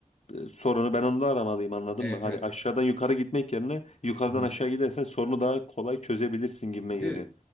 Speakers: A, on the left; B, in the centre.
A: e, sorunu ben onda aramalıyım anladın
B: Evet
A: mı? Hani
B: evet.
A: aşağıdan yukarı gitmek yerine yukarıdan
B: Hı.
A: aşağı gidersen sorunu daha kolay çözebilirsin gibime
B: Bir de
A: geliyor.